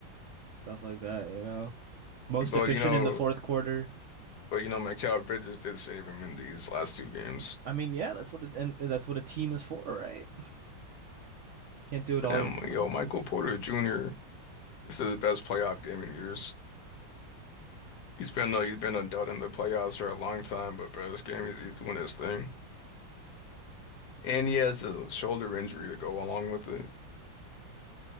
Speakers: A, on the right (about 80°); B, on the left (about 65°).
A: stuff like that, you know. Most
B: But
A: efficient
B: you know,
A: in the fourth quarter.
B: but you know, Mikal Bridges did save him in these last two games.
A: I mean, yeah, that's what it, and that's what a team is for, right? Can't do it all
B: Damn,
A: your
B: yo,
A: own.
B: Michael Porter Jr. This is the best playoff game in years. He's been a, he's been a dud in the playoffs for a long time, but bro, this game he's, he's doing his thing, and he has a shoulder injury to go along with it.